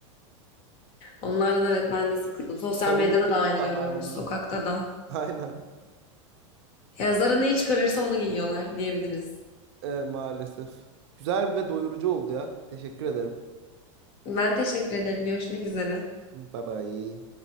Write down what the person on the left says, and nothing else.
Onlardan evet ben de sıkıldım.
Sosyal
medyada
da
aynı
görüyoruz
sokakta da.
Yani Zara neyi çıkarırsa onu giyiyorlar diyebiliriz.
Ben teşekkür ederim. Görüşmek üzere.